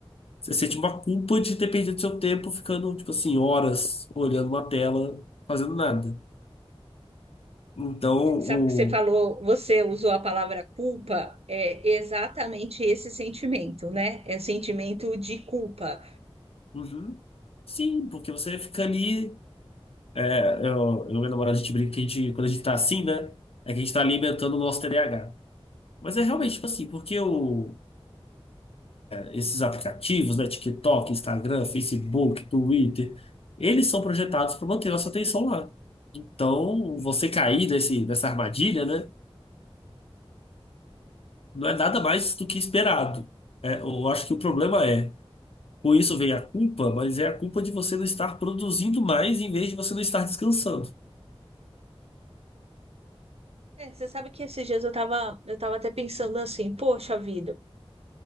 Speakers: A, on the left; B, on the right.
A: Você sente uma culpa de ter perdido seu tempo ficando, tipo assim, horas olhando uma tela, fazendo nada. Então,
B: Sabe
A: o...
B: que você falou, você usou a palavra culpa, é exatamente esse sentimento, né? É o sentimento de culpa.
A: Uhum. Sim, porque você fica ali... É, eu, eu e minha namorada, a gente brinca que a gente, quando a gente tá assim, né, é que a gente tá alimentando o nosso TDAH. Mas é realmente, tipo assim, porque o Esses aplicativos, né, TikTok, Instagram, Facebook, Twitter, eles são projetados para manter nossa atenção lá. Então, você cair nesse, nessa armadilha, né, não é nada mais do que esperado. É, eu acho que o problema é, com isso vem a culpa, mas é a culpa de você não estar produzindo mais em vez de você não estar descansando.
B: É, você sabe que esses dias eu tava, eu tava até pensando assim, poxa vida,